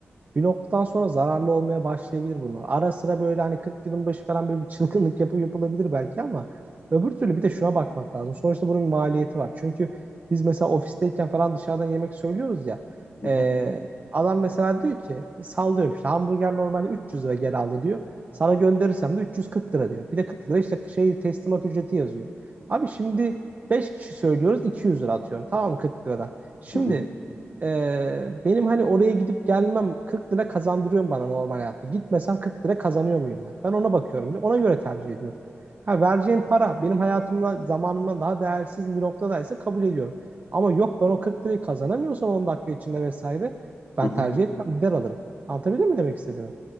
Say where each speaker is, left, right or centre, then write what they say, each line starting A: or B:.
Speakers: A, on the right (about 40°); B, on the left (about 70°).
A: Bir noktadan sonra zararlı olmaya başlayabilir bunlar. Ara sıra böyle hani 40 yılın başı falan böyle bir çılgınlık yapıp yapılabilir belki ama öbür türlü bir de şuna bakmak lazım. Sonuçta bunun bir maliyeti var. Çünkü biz mesela ofisteyken falan dışarıdan yemek söylüyoruz ya.
B: Hı
A: e,
B: hı,
A: adam mesela diyor ki sallıyorum işte hamburger normalde 300 lira gel aldı diyor. Sana gönderirsem de 340 lira diyor. Bir de 40 lira işte şey teslimat ücreti yazıyor. Abi şimdi 5 kişi söylüyoruz 200 lira atıyorum tamam mı 40 liradan. Şimdi
B: hı hı,
A: ee, benim hani oraya gidip gelmem 40 lira kazandırıyor bana normal hayatta? Gitmesem 40 lira kazanıyor muyum ben? Ben ona bakıyorum ona göre tercih ediyorum. Ha, vereceğim para benim hayatımda zamanımdan daha değersiz bir noktadaysa kabul ediyorum. Ama yok ben o 40 lirayı kazanamıyorsam 10 dakika içinde vesaire ben
B: hı hı.
A: tercih etmem gider alırım. Anlatabildim mi demek istediğimi?